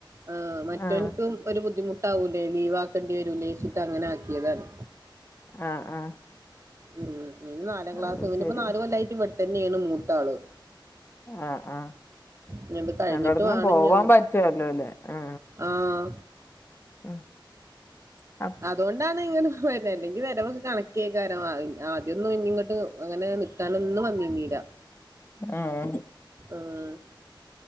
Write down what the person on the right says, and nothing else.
ആ മറ്റോൻക്കും
ഓരോ ബുദ്ധിമു. ട്ടാവൂലേ ലീവാക്കേണ്ടി വരൂ ലേച്ചിട്ട് അങ്ങനെ ആക്കിയതാണ്.
ഉംഹ്. ഇ നാലാം ക്ലാസ്
പിന്നിപ്പോ
നാല് കൊല്ലായിട്ട് ഇവിടെ തന്നെയാണ് മൂത്താള്.
ഇനി ഇത് കഴിഞ്ഞിട്ട്
വേണം
ഇനി അങ്ങോട്ട്
ആഹ്.
അതോണ്ടാണ് ഇങ്ങട്ട് പോര്നന്നെ. അല്ലെങ്കി വരവൊക്കെ കണക്കേക്കാരം ആദ്യന്നും ഇനി ഇങ്ങട്ട് അങ്ങനെ നിൽക്കാനൊന്നും വന്നീന്നീല.
ആഹ്.